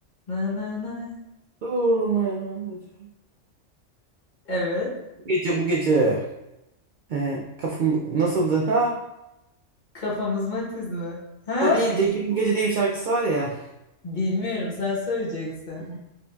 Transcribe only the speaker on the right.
Dur meyhaneci.
Bu gece bu gece. Ee, kafam nasıldı ha?
O değil Cegin bu gece diye bir şarkısı var ya.
Hı.